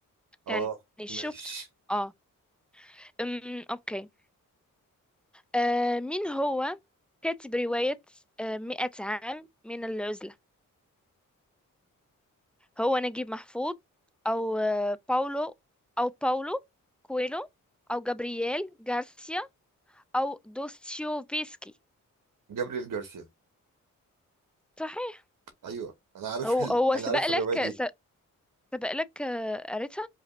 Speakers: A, on the right; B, in the centre.
A: اه
B: يعني شفت
A: ماشي
B: اه أم، اوكي آه مين هو كاتب رواية آه مئة عام من العزلة هو نجيب محفوظ أو آه باولو أو باولو كويلو أو جابرييل غارسيا أو دوستويفسكي
A: جابريل جارسيا
B: صحيح
A: ايوه انا عارف
B: هو
A: ال...
B: هو
A: انا
B: سبق
A: عارف
B: لك
A: الرواية دي
B: س- سبق لك آه، قريتها